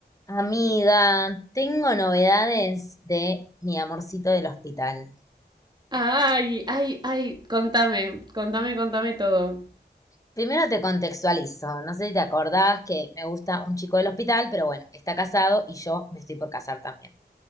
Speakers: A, on the left; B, on the right.
A: Amiga, tengo novedades de mi amorcito del hospital.
B: Ay, ay, ay, contame, contame, contame todo.
A: Primero te contextualizo, no sé si te acordás que me gusta un chico del hospital, pero bueno, está casado y yo me estoy por casar también.